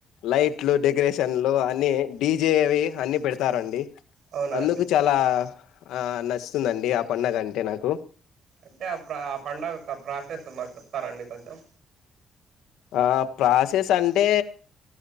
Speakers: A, on the left; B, on the right.
A: లైట్లు, డెకరేషన్లు అన్ని డీజే వి అన్ని పెడతారండి.
B: అవునా
A: అందుకు
B: అండి
A: చాలా ఆ నస్సుందండి, ఆ పండగ అంటే నాకు
B: అంటే అపుడ ఆ పండక, ఆ ప్రాసెస్ మాక్ చెప్తారండి. కొంచెం
A: ఆ ప్రాసెస్ అంటే